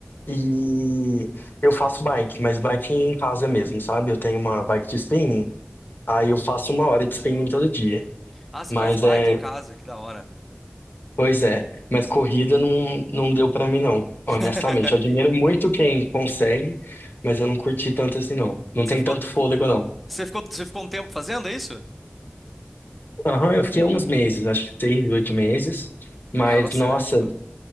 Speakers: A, on the left; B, in the centre.
A: e eu faço bike, mas bike em casa mesmo, sabe? Eu tenho uma bike de spinning, aí eu faço uma hora de spinning todo dia.
B: Ah, você
A: Mas
B: faz bike
A: é,
B: em casa, que da hora.
A: pois é, mas corrida não, não deu pra mim não, honestamente.
B: <laughs>
A: Eu admiro muito quem consegue, mas eu não curti tanto assim não. Não
B: Você
A: tem
B: ficou,
A: tanto fôlego não.
B: você ficou, você ficou um tempo fazendo é isso?
A: Aham, eu fiquei uns meses, acho que seis, oito meses. Mas,
B: Ah, bastante,
A: nossa,
B: pô.